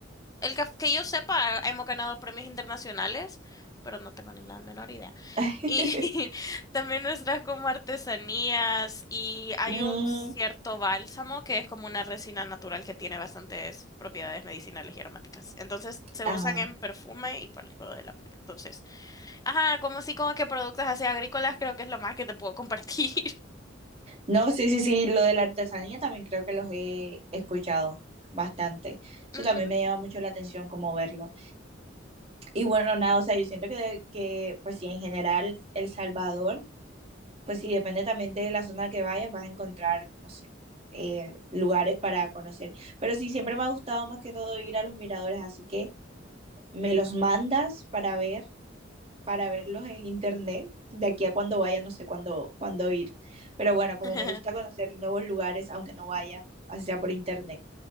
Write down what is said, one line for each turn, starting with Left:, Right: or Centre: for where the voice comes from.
Left: El que, que yo sepa, hemos ganado premios internacionales, pero no tengo ni la menor idea.
Right: <laughs>
Left: Y <laughs> también nuestras como artesanías y hay
Right: Mm,
Left: un cierto bálsamo que es como una resina natural que tiene bastantes propiedades medicinales y aromáticas. Entonces se
Right: ajá.
Left: usan en perfume y para el cuidado de la piel. Entonces, ajá, como así como que productos así agrícolas creo que es lo más que te puedo compartir.
Right: No, sí, sí, sí, lo de la artesanía también creo que los he escuchado bastante.
Left: <laughs>
Right: Eso
Left: Ujú.
Right: también me llama mucho la atención como verlo. Y bueno, nada, o sea, yo siento que, de- que pues sí, en general El Salvador Pues sí, depende también de la zona que vayas, vas a encontrar, no sé, eh, lugares para conocer. Pero sí, siempre me ha gustado más que todo ir a los miradores, así que me los mandas para ver, para verlos en internet. De aquí a cuando vaya, no sé cuándo, cuándo ir. Pero bueno, como
Left: <laughs>
Right: me gusta conocer nuevos lugares, aunque no vaya, así sea por internet.